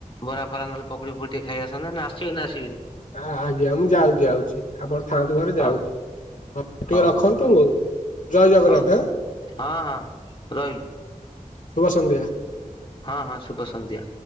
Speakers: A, on the left; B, on the left.
A: ବରା ଫରା ନହଲେ ପକୁଡି ଫକୁଡି ଟିକେ ଖାଇଆସନ୍ତେ ନା ଆସିବ ନା ଆସିବନି?
B: ଆ ଆଜ୍ଞା ମୁଁ ଯାଉଛି ଯାଉଛି ଆପଣ ଥାଆନ୍ତୁ ଘରେ
A: ହଉ
B: ଯାଉଛି। ଟିକେ
A: ହଉ
B: ରଖନ୍ତୁ
A: ହଉ
B: ଜୟ ଜଗନ୍ନାଥ।
A: ହଉ ହଁ ହଁ ରହିଲୁ
B: ଶୁଭ ସନ୍ଧ୍ୟା।
A: ହଁ ହଁ ଶୁଭ ସନ୍ଧ୍ୟା।